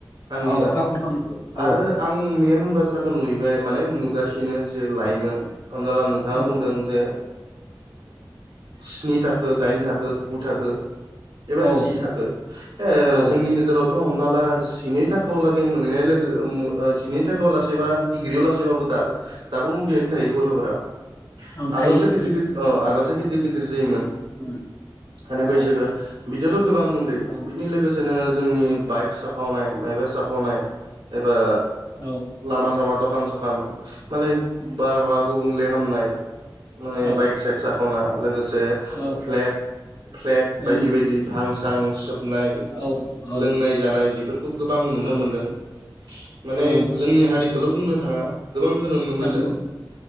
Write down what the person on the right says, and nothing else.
आंनिबा
आरो
आं मइेन बाथ्राखौ नुहबाय माने नुगासिनो जे लाइमोन खामजला नोंथाङा
बुंदों जे स्नि थाखो दाइन थाखो गु थाखो एबा
जि थाखो ए
जोंनि नोजोरावथ' हमना ला सिनै थाखोआव लागै मोनहैनाय लोगो सनै थाखोआव लासैबा डिग्रियाव लासैबाबो दाबो दाबो उन्दैयनो थायो गथ'फोरा।
आगोलसो
गिदिर
गद आगोलसो गिदिर गिदिर जायोमोन
माने
बैसोगोरा बिदिथ' गोबां उन्दै
बिनि लोगोसेनो जोंनि बाइक स साखावनाय माइबा साखावनाय एबा
लामा सामा दखान सखान माने बारहावा गुबुंले खामनाय माने
बाइक साइक साखावना लोगोसे
फ्लेट फ्लेट बायदि
बायदि भांसां सोबनाय
लोंनाय जानाय बे फोरखौ गोबां नुनो
मोनदों माने
जोंनि हारिखौल' बुंनो थाङा गोबांखौ नुनो मोनदों